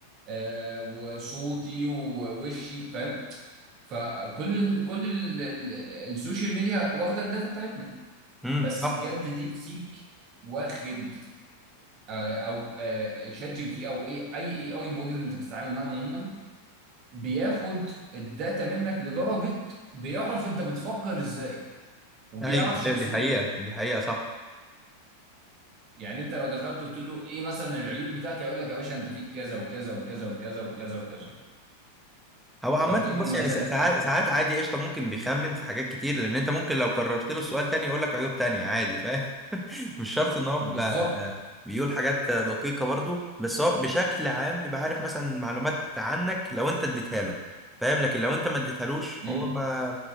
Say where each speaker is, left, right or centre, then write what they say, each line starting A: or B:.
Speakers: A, on the right; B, in the centre.
A: آه، وصوتي ووشي فاهم فكل ال كل ال ال السوشيال ميديا واخدة الداتا بتاعتنا
B: امم
A: بس
B: صح
A: بجد ديب سيك واخد آه، او آه، شات جي بي تي او اي اي اي اي موديل انت بتتعامل معاه عموما بياخد الداتا منك لدرجه بيعرف انت بتفكر ازاي وبيعرف
B: ايوه
A: شخصيتك
B: ايوه دي حقيقه دي حقيقه صح
A: يعني انت لو دخلت قلت له ايه مثلا العيوب بتاعتي هيقول لك يا باشا انت فيك كذا وكذا وكذا وكذا وكذا وكذا
B: هو عامة
A: طب ايه
B: بص
A: المميزات
B: يعني ساعات
A: بتاعتي
B: ساعات عادي قشطة ممكن بيخمن في حاجات كتير لأن أنت ممكن لو كررت له السؤال تاني يقول لك عيوب تانية عادي فاهم <laughs> مش شرط إن هو بيبقى-
A: بالظبط
B: بيقول حاجات دقيقة برضو بس هو بشكل عام بيبقى عارف مثلا معلومات عنك لو أنت اديتها له فاهم لكن لو أنت ما اديتهالوش
A: امم
B: هو ما